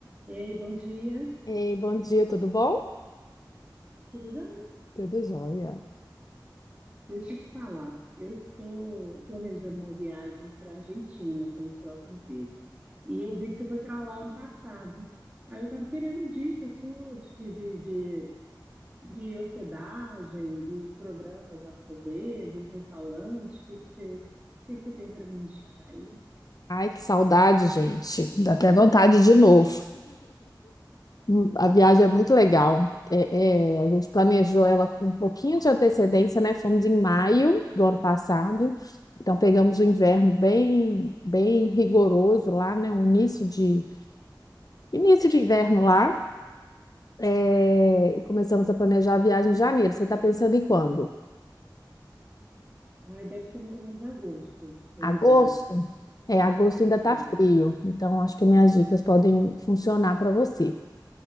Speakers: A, on the right (about 15°); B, on the left (about 50°).
A: Ei, bom dia.
B: Ei, bom dia, tudo bom?
A: Tudo já?
B: Tudo jóia.
A: Deixa eu te falar. Eu estou planejando uma viagem para a Argentina assim, nos próximos meses. E eu vi que você foi para lá ano passado. Aí eu estava querendo dicas suas de, de, de, de hospedagem, de programas lá para fazer, de restaurante. O que que você, o que que você tem para me indicar aí?
B: Ai, que saudade, gente. Dá até vontade de novo. Hum, A viagem é muito legal. É, é, a gente planejou ela com um pouquinho de antecedência, né? Fomos em maio do ano passado, então pegamos o inverno bem, bem rigoroso lá, né? Um início de início de inverno lá. É, e começamos a planejar a viagem em janeiro. Você está pensando em quando?
A: Aí deve ser mais ou menos em agosto, eu
B: Agosto?
A: imagino.
B: É, agosto ainda está
A: É.
B: frio, então acho que minhas dicas podem funcionar para você,